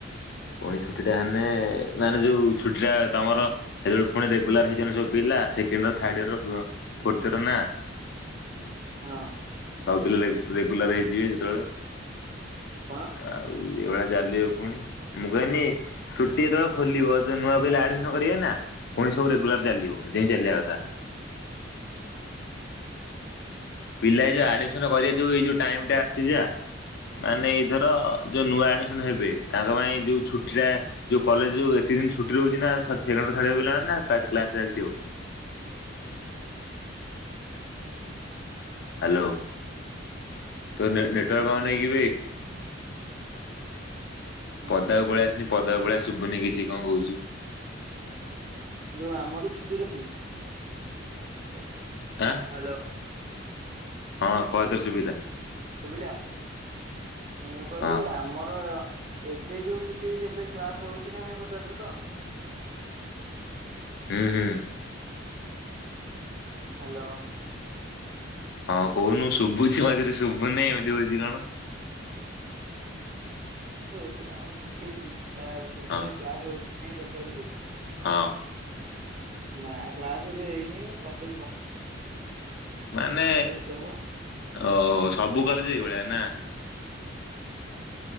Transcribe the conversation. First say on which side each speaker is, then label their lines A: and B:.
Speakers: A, on the left (about 60°); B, on the right (about 40°).
A: ପୁଣି ଛୁଟି ଟା ହେଲେ ମାନେ ଯୋଉ ଛୁଟି ଟଟା ତମର ସେତେବେଳଳେ ପୁଣି ରେଗୁଲାର ହେଇଯନ ସବୁ ପିଲା ସେକେଣ୍ଡ ର ଥଡ ଇର ଫୋର୍ଥ ଇ ର ନା।
B: ହଁ
A: ସବୁ ପିଲା ରେଗୁଲାର ହେଇଯିବେ ଯେତେବେଳେ
B: କଣ?
A: <inaudible> ଆଉ ହଉ ଏଭଳିଆ ଚାଲିବ ପୁଣି। ମୁଁ କହିଲି ଛୁଟି ଯେତେବେଳେ ଖୋଲିବ ଯ ନୂଆ ପିଲା ଆଡମିସନ କରିବେ ନା। ପୁଣି ସବୁ ରେଗୁଲାର ଚାଲିବ ଯେମିତି ଚାଲିବା କଥା। ପିଲା ଏଇ ଯୋଉ ଆଡମିସନ କରିବା ଯୋଉ ଏ ଯୋଉ ଟାଇମ ଟା ଆସିଛି ମାନେ ଏଇଥର ଯୋଉ ନୂଆ ଆଡମିସନ ହେବେ ତାଙ୍କ ପାଇଁ ଯୋଉ ଛୁଟି ଟା ଯୋଉ କଲେଜ ଯୋଉ ଏତ ଦିନ ଛୁଟି ରହୁଛି ନା। ସେ ପିଲ ନା କସ ଚାଲିଥିବ? ହ୍ୟାଲୋ <inaudible> ତୋ ନେଟୱାର୍କ
B: ହୁଁ
A: ପାଉନହିଁ କି ଭାଇ? <inaudible>
B: ହୁଁ
A: ପଦାକୁ ପଳେଇ ଆସିନି। ପଦାକୁ ପାଳିଆ ଶୁଭୁନି କିଛି କଣ କହୁଛୁ?
B: ଯୋଉ ଆମର ଛୁଟି ର ଅଛି <inaudible>
A: ଆ।
B: ହ୍ୟାଲୋ।
A: ହଁ କହଥରେ ସୁବିଲା।
B: ଶୁଭିଲା। ମୁଁ କହିଲି
A: ହଁ
B: ଆମର ଏବେ ଯୋଉ ଛୁଟି ହେଇଛି, ଏବେ କ୍ଲାସ ହଉଛି ନା ନାଇଁ ପଚାରୁଛୁ ତ?
A: ହୁଁ, ହୁଁ।
B: ହ୍ୟାଲୋ?
A: ହଁ କହୁନୁ ଶୁଭୁଛିି ମଝିରେ ଶୁଭୁନହିଁ। ଏମିତି ହଉଛି କଣ?
B: ତ ଏବେ ଆମର ଛୁଟି ହେଇଛି ଛୁଟିରେ
A: ହଁ
B: କ୍ଲାସ ହଉଛି ନାଇଁ ପଚାରୁଛ?
A: ହଁ।
B: ନା କ୍ଲାସ ଏବେ ହେଇନି କଲେଜ
A: ମାନେ
B: କଲେଜ ଦବ
A: ଓ ସବୁ କଲେଜ ଏଇ ଭଳିଆ ନା?
B: ହଁ।